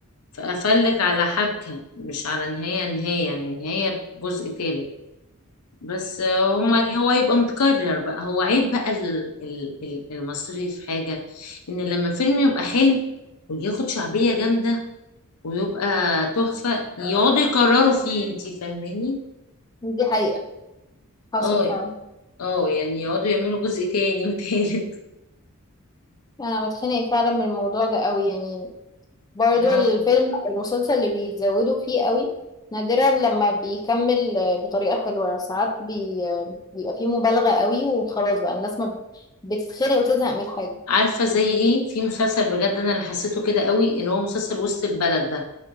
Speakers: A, on the left (about 90°); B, on the left (about 15°).
A: فقفلك على حبكة مش على نهاية نهاية يعني نهاية جزء تالت بس هما
B: ماشي
A: إيه، هو يبقى متكرر بقى هو عيب بقى ال- ال- ال- المصري في حاجة ان لما فيلم يبقى حلو وياخد شعبية جامدة ويبقى تحفة يقعدوا يكرروا فيه انتي فاهماني
B: دي حقيقة حصل
A: اه
B: فعلا
A: اه يعني يقعدوا يعملوا جزء تاني وتالت
B: يعني انا بتخنق فعلا من الموضوع ده قوي يعني برضو
A: <laughs> اه
B: الفيلم او المسلسل اللي بيزودوا فيه قوي نادرا لما بيكمل آه، بطريقة حلوة ساعات بي... آه، بيبقى فيه مبالغة قوي وخلاص بقى الناس ما ب- بتتخنق وتزهق من الحاجة
A: عارفة زي ايه في مسلسل بجد انا اللي حسيته كده قوي اللي هو مسلسل وسط البلد ده